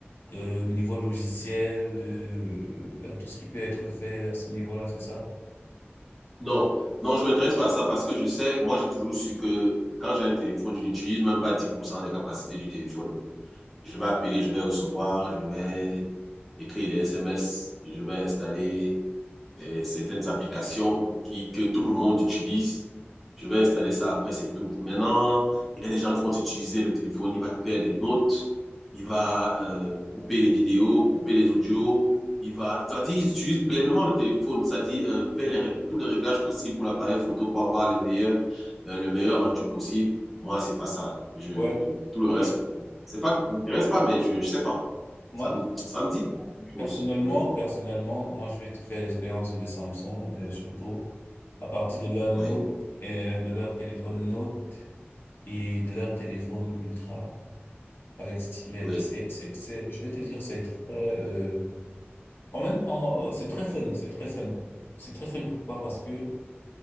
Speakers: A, on the left (about 60°); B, in the centre.
A: euh, niveau logiciel, euh, à tout ce qui peut être fait à ce niveau-là, c'est ça?
B: Non, non, je ne m'intéresse pas à ça parce que je sais, moi, j'ai toujours su que quand j'ai un téléphone, je n'utilise même pas 10% des capacités du téléphone. Je vais appeler, je vais recevoir, je vais écrire des SMS, je vais installer et certaines applications qui, que tout le monde utilise. Je vais installer ça après, c'est tout. Maintenant, il y a des gens qui vont utiliser le téléphone, il va te faire des notes, il va euh, couper les vidéos, couper les audios, il va, ça dit, ils utilisent pleinement le téléphone, ça dit, euh, faire les, tous les réglages possibles pour l'appareil photo pour avoir les meilleurs, euh, le meilleur rendu possible. Moi, c'est pas ça. Je,
A: Ouais.
B: tout le reste,
A: Bien.
B: c'est pas que ça m'intéresse pas, mais je, je sais pas.
A: Moi,
B: Ça me, ça me dit quelque chose.
A: personnellement,
B: Oui,
A: personnellement, moi, je vais te faire l'expérience de Samsung, euh, surtout à partir de leur Note,
B: oui,
A: euh, de leur téléphone Note et de leur téléphone Ultra avec stylet.
B: oui.
A: C'est, c'est, c'est, je vais te dire, c'est très, euh, En même- en- euh, c'est très fun, c'est très fun. C'est très fun pourquoi? Parce que